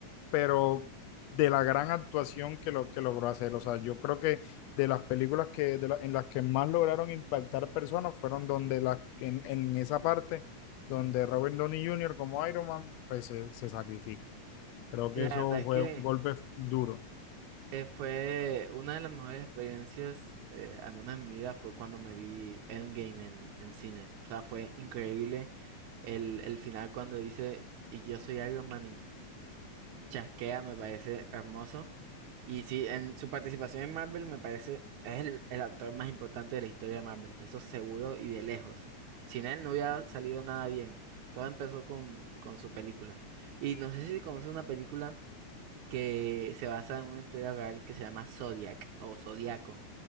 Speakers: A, on the left; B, on the right.
A: pero de la gran actuación que, lo, que logró hacer. O sea, yo creo que de las películas que, de la- en las que más lograron impactar personas fueron donde las en, en esa parte donde Robert Downey Jr. como Iron Man, pues se, se sacrifica. Creo que
B: Y la
A: eso
B: verdad
A: fue
B: es que
A: un golpe duro.
B: eh, fue una de las mejores experiencias, eh, al menos en mi vida, fue cuando me vi Endgame en, en cine. O sea, fue increíble el, el final cuando dice, y yo soy Iron Man Chasquea me parece hermoso. Y sí, en su participación en Marvel me parece es el, el actor más importante de la historia de Marvel, eso seguro y de lejos. Sin él no hubiera salido nada bien. Todo empezó con, con su película. Y no sé si conoces una película que se basa en una historia real que se llama Zodiac o Zodiaco.